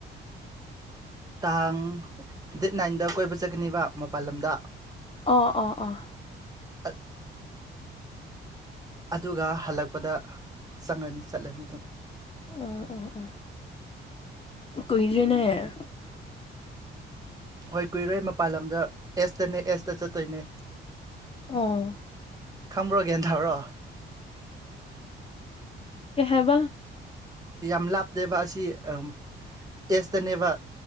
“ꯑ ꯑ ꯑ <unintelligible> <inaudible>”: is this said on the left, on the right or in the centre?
Left